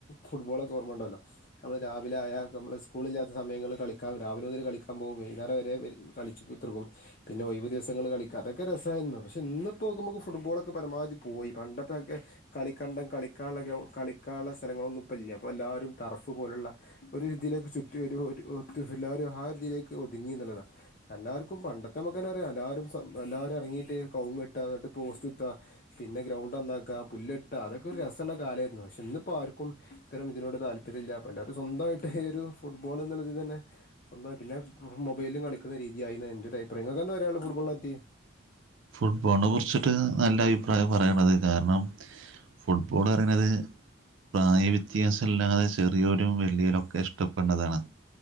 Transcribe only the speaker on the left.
ഫുട്ബോളൊക്കെ ഓർമ്മണ്ടല്ലോ ഞമ്മള് രാവിലായ ഞമ്മള് സ്കൂളില്ലാത്ത സമയങ്ങള് കളിക്കാ രാവിലെ മുതൽ കളിക്കാൻ പോകും വൈകുന്നേരം വരെ കളി ച്ച് കുത്തർക്കും പിന്നെ ഒയ് വ് ദിവസങ്ങളില് കളിക്ക അതൊക്കെ രസായിരുന്നു പക്ഷെ ഇന്ന്പ്പോക്കുമ്പോ ഫുട്ബോളൊക്കെ പരമാവധി പോയി പണ്ടത്തെക്കെ കളിക്കണ്ടം കളിക്കാള്ളെ ഗ്രൗ കളിക്കാള്ളെ സ്ഥലങ്ങളൊന്നും ഇപ്പ ഇല്ല ഇപ്പം എല്ലാരും ടർഫ് ഫ്‌ പോലുള്ള ഒരു ഇതിലേക്ക് ചുറ്റി ഒരു എല്ലാരും ആഹ് ഒര് തീലേക്ക് ഒതുങ്ങി ന്ന്ള്ളതാ എല്ലാർക്കും പണ്ടത്തെ ഇമ്മക്കന്നെ അറിയാ എല്ലാരും സ എല്ലാരും എർങ്ങിട്ട് കൗങ്ങ് വേട്ടാ ന്നട്ട് പോസ്റ്റുത്ത പിന്നെ ഗ്രൗണ്ടന്നാക്ക പുല്ലെട്ട അതൊക്കെ ഒരു രസള്ള കാലേര്ന്നു പക്ഷേ ഇന്നിപ്പം ആർക്കും ഇത്തരം ഇതിനോട് താല്പര്യല്ല ഇപ്പ എല്ലാരും സ്വന്തായിട്ട് ഒരു ഫുട്ബോള് ന്ന്ള്ള തീതന്നെ സ്വന്തായി പിന്നെ മൊബൈല് കളിക്കുന്ന രീതിയായി എന്നാണ് എന്റെരു അഭിപ്രായം ഇങ്ങക്കെന്താ പറയാള്ളത് ഫുട്ബോൾനെ പറ്റി